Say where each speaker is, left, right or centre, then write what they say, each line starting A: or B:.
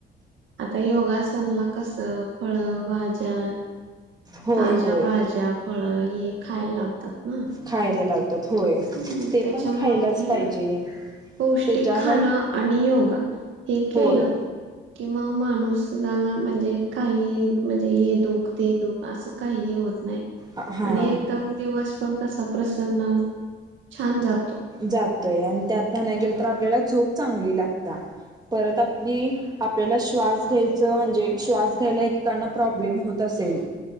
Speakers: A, on the right (about 75°); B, on the right (about 20°).
A: आता योगासनला कसं फळ भाज्या
B: होय
A: ताज्या
B: होय
A: भाज्या फळं हे खायला लावतात ना
B: खायला लावतात होय
A: हम्म
B: ते
A: त्याच्यामुळे
B: पण खायलाच
A: ते
B: पाहिजे
A: पौष्टिक
B: त्याच्यानं
A: खाणं आणि योगा हे केलं
B: होय
A: कि म माणूसला म्हणजे काही म्हणजे हे दो द ते दुख असं काहीही होत नाही
B: हा
A: आणि एकदम दिवस पण कसा प्रसन्न छान जातो
B: जातय आणि त्यात नाही गेल तर आपल्याला झोप चांगली लागता परत आपली आपल्याला श्वास घ्यायचं म्हणजे श्वास घ्यायला एकेकांना प्रॉब्लेम होत असेल